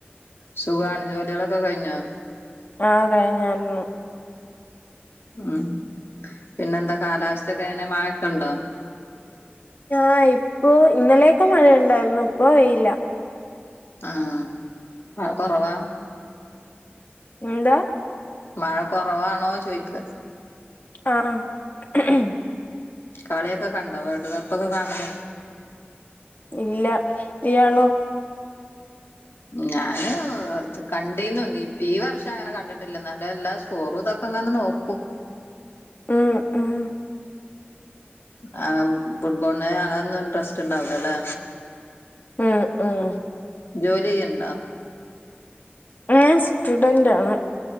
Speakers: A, on the left; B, on the left.
A: സുഖാണ് ജോലികളൊക്കെ കഴിഞ്ഞോ?
B: ആഹ് കഴിഞ്ഞായിരുന്നു
A: ഉം പിന്നെന്താ കാലാവസ്ഥക്കെ എങ്ങനെ മഴൊക്കെ ഉണ്ടോ
B: ആഹ് ഇപ്പൊ... ഇന്നലെയൊക്കെ മഴ ഉണ്ടായിര്ന്നു ഇപ്പ വെയില
A: ആഹ്. മഴ കൊറവാ?
B: എന്താ
A: മഴ കുറവാണോ ചോയ്ക്ക
B: ആഹ് ആ
A: കളിയൊക്കെ കണ്ടോ? വേൾഡ് കപ്പൊക്കെ കാണൽ
B: ഇല്ല ഇയാളോ.
A: ഞാന് കണ്ടിന്നു ഈ വർഷം അങ്ങനെ കണ്ടി ഇല്ലേഎന്നാല എല്ലാ സ്കോറും ഇതൊക്കെ അങ്ങനെ നോക്കും
B: മം മം
A: ആ ഫുട്ബോളെ അകുന്നു ട്രാസ് സ്റ്റു ണ്ടാവുലല്ലേ
B: ഉം ഉം
A: ജോലി ചെയ്യണ്ടോ?
B: ഞാൻ സ്റ്റുഡന്റാണ്.